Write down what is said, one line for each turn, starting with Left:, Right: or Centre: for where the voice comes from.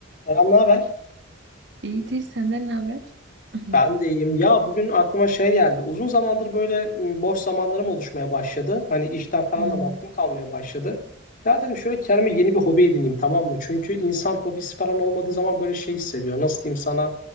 Left: Selam, ne haber?
Right: İyidir, senden ne haber? <laughs>
Left: Ben de iyiyim. Ya bugün aklıma şey geldi. Uzun zamandır böyle m, boş zamanlarım oluşmaya başladı. Hani işten falan
Right: Hmm,
Left: da vaktim kalmaya başladı. Ya dedim şöyle kendime yeni bir hobi edineyim tamam mı? Çünkü insan hobisi falan olmadığı zaman böyle şey hissediyor. Nasıl diyeyim sana?